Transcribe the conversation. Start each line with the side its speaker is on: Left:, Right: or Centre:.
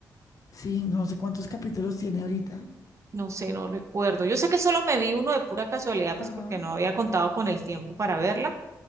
Left: sí, no sé cuántos capítulos tiene ahorita.
Right: No sé, no recuerdo. Yo sé que solo me vi uno de pura casualidad,
Left: Ajá.
Right: pues porque no había contado con el tiempo para verla